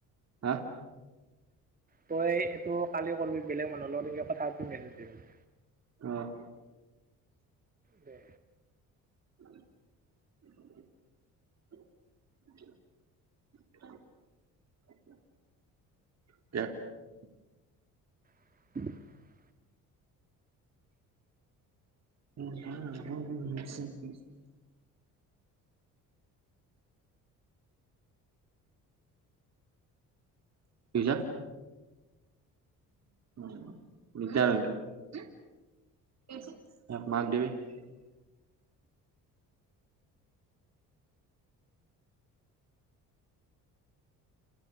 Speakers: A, on the right (about 50°); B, on the right (about 25°).
A: হা।
B: তই এইটো কালি কৰবি বেলেগ মানুহৰ লগত এনেকে কথা পাতিবি মেছেজ দিম।
A: অ'।
B: দে।
A: <inaudible> <unintelligible>
B: <inaudible>
A: <inaudible> কি কৈছা। উম, <unintelligible>